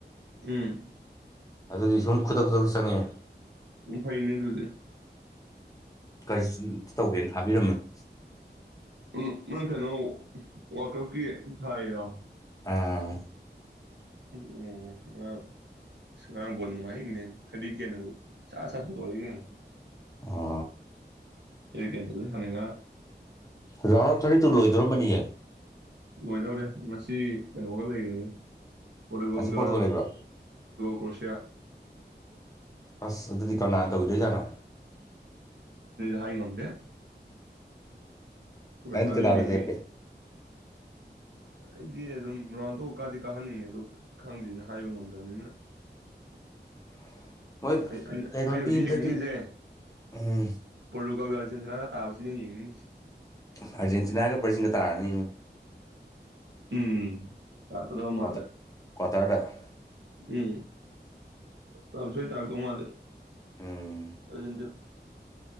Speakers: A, on the right; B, on the left.
A: ꯎꯝ
B: ꯑꯗꯨꯗꯤ ꯁꯨꯝ ꯈꯨꯗꯛ ꯈꯨꯗꯛ ꯆꯪꯉꯦ
A: ꯎꯝ ꯐꯩꯅꯦ ꯑꯗꯨꯗꯤ
B: ꯀꯔꯅꯥꯖꯤꯠꯁꯨ ꯇꯧꯒꯦꯅ ꯊꯥꯕꯤꯔꯝꯃ <inaudible>
A: ꯎꯝ ꯅꯪ ꯀꯩꯅꯣ ꯋꯥꯀꯞꯀꯤ ꯊꯥꯏꯔꯣ
B: ꯑꯥ
A: ꯎꯝ ꯑ ꯑ ꯉꯔꯥꯡꯝꯕꯣꯟ ꯅꯨꯡꯉꯥꯏꯅꯦ ꯍꯥꯏꯗꯤ ꯀꯦꯅ ꯁꯥꯥꯛ ꯆ ꯁꯟꯗꯣꯛꯏ ꯀꯩꯅꯣ
B: ꯑꯣ
A: ꯀ ꯀ ꯑꯗꯨ ꯁꯅꯤꯡꯉ
B: ꯔꯥꯎꯟꯗ ꯑꯣꯐ ꯊꯔꯇꯤ ꯇꯨ ꯂꯣꯏꯗꯣꯔꯝꯃꯅꯤꯌꯦ
A: ꯂꯣꯏꯗꯧꯔꯦ ꯃꯁꯤ ꯀꯩꯅꯣꯒ ꯂꯩꯕꯅꯤ ꯄꯣꯔꯇꯨꯒꯣꯜꯒ
B: ꯉꯁꯤ ꯄꯣꯔꯇꯨꯒꯜ ꯂꯩꯕ꯭ꯔꯣ
A: ꯀꯔꯣꯁꯤꯌꯥ
B: ꯑꯁ ꯑꯗꯨꯗꯤ ꯀꯅꯥ ꯇꯧꯗꯣꯏꯖꯥꯠꯅꯣ
A: ꯍꯥꯏ ꯉꯝꯗꯦ ꯀꯔꯣꯁꯤꯌꯥꯁꯗꯨ
B: ꯅꯪꯗꯤ ꯀꯅꯥꯗ
A: ꯂꯤꯡꯉꯤ
B: ꯂꯦꯞꯀꯦ
A: ꯑꯩꯗꯤ ꯑꯗꯨꯝ ꯔꯣꯅꯥꯟꯟꯗꯣ ꯀꯥꯗꯤ ꯀꯥꯍꯟꯅꯤꯡꯉꯦ ꯑꯗꯣ ꯈꯪꯗꯦꯅ ꯍꯥꯏꯕ ꯉꯝꯗꯕꯅꯤꯅ
B: <unintelligible> ꯃꯣꯏ
A: ꯑꯩꯅ
B: ꯀꯩꯅꯣ
A: ꯍꯧꯖꯤꯛ
B: ꯄꯤꯕꯗꯗꯤ
A: ꯌꯦꯡꯅꯤꯡꯉꯁꯦ
B: ꯎꯝ
A: ꯄꯣꯔꯇꯨꯒꯜꯒ ꯑꯔꯒꯦꯟꯇꯤꯅꯥ ꯇꯥꯕꯁꯤꯅ ꯌꯦꯡꯅꯤꯡ ꯉꯤꯁꯤ
B: ꯑꯥꯔꯖꯦꯟꯇꯤꯅꯥꯒ ꯕꯔꯖꯤꯜꯒ ꯇꯥꯔꯅꯤ
A: ꯎꯝ ꯇꯥꯔꯛꯀꯗꯕ
B: ꯀꯥꯇꯔꯗ
A: ꯃꯥꯜꯂꯦ
B: ꯀꯊꯔ <unintelligible>
A: ꯎꯝ ꯇꯥꯗꯤ ꯁꯣꯏ ꯇꯥꯔꯥꯛꯇꯣꯏ ꯃꯥꯟꯗꯦ
B: ꯎꯝ
A: ꯑꯗꯨ